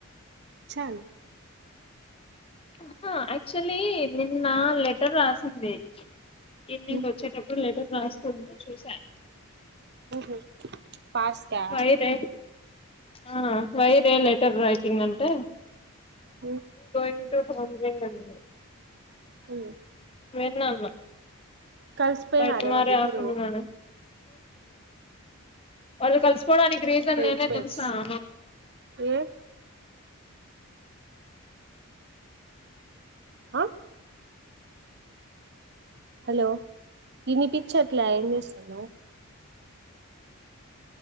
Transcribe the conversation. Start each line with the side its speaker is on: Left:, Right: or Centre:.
Right: చాల్
Left: ఆహా యాక్చుల్లీ నిన్న లెటర్ రాసింది ఈవినింగ్
Right: ఉమ్,
Left: వచ్చేటప్పుడు లెటర్ రాస్తుంది చూసా
Right: ఉహు పాస్కా
Left: వైరే ఆ వైరే లెటర్ రైటింగ్ అంటే
Right: ఉమ్,
Left: గోయింగ్ టు హోమ్ రే అన్నది
Right: ఆ
Left: వెన్ అన్నా
Right: కలిసిపోయినారే
Left: బై టుమారో
Right: వాళ్ళిద్దరు
Left: ఆఫ్టర్నూన్ అనది వాళ్ళు కలుసుకోవడానికి రీజన్
Right: బెంచ్
Left: నేనే
Right: మేట్స్
Left: తెలుసా <inaudible>
Right: ఏ అ హలో ఇని పిచ్చట్ల ఏం చేస్తున్నవు